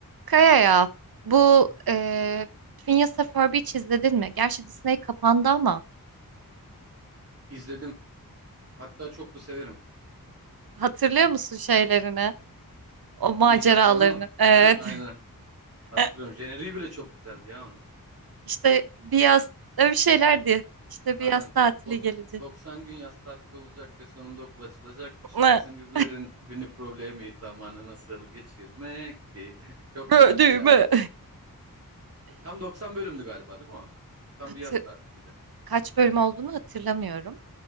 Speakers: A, on the right; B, on the right.
A: Kaya ya bu e, Phineas and Ferb hiç izledin mi? Gerçi Disney kapandı ama
B: İzledim. Hatta çok da severim.
A: hatırlıyor musun şeylerini? O maceralarını.
B: İcatlarını mı?
A: Evet.
B: <laughs> Aynen. Hatırlıyorum.
A: <laughs>
B: Jeneriği bile çok güzeldi ya onun.
A: İşte bir yaz öyle bir şeylerdi. İşte
B: Aynen.
A: bir yaz tatili
B: O
A: gelecek.
B: 90 gün yaz tatili olacak ve sonunda okul açılacak.
A: <laughs>
B: İşte bizim gibilerin günlük problemi zamanı nasıl geçirmekti. <laughs> Çok
A: Böldüğümü.
B: güzeldi ya. Tam 90 bölümdü galiba değil mi o? Tam
A: Hatı-
B: bir yaz tatiliydi.
A: kaç bölüm olduğunu hatırlamıyorum.